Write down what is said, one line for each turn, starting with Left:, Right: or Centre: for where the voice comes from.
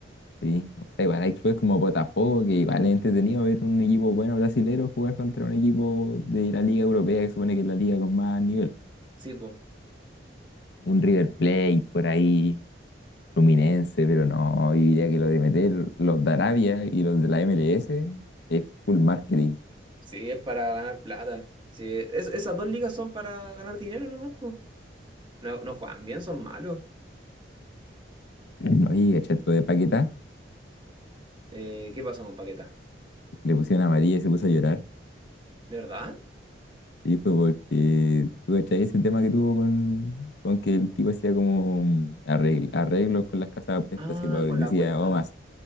Left: Sí, o sea, igual hay clubes como Botafogo que igual es entretenido ver un equipo bueno brasilero jugar contra un equipo de la Liga Europea que supone que es la liga con más nivel.
Right: Sí, pues.
Left: Un River Plate por ahí Fluminense, pero no, yo diría que lo de meter los de Arabia y los de la MLS es full marketing.
Right: Sí, es para ganar plata. Sí, es- esas dos ligas son para ganar dinero nomás, pues. No, no juegan bien, son malos.
Left: <clears throat> Oye, ¿cachai? Lo de Paquetá,
Right: Eh, ¿qué pasó con Paquetá?
Left: que le pusieron amarilla y se puso a llorar.
Right: ¿De verdad?
Left: Y fue porque, ¿tú cachai? Ese tema que tuvo con, con que el tipo hacía como mm, arregl- arreglos con las casas de apuestas
Right: Ah,
Left: y pa- decía,
Right: con la apuesta.
Left: oh, más,